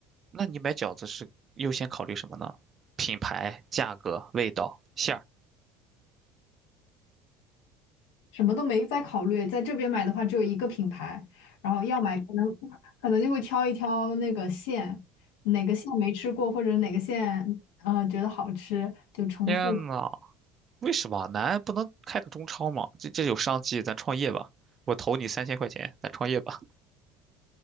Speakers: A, on the right; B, on the left.
A: 那你买饺子是优先考虑什么呢？品牌、价格、味道、馅儿。
B: <laughs> 什么都没再考虑。在这边买的话，只有一个品牌，然后要买可能可能就会挑一挑那个馅，哪个馅没吃过，或者哪个馅呃觉得好吃，就重复。
A: 天呐，为什么咱不能开个中超吗？这这有商机，咱创业吧。我投你三千块钱，咱创业吧。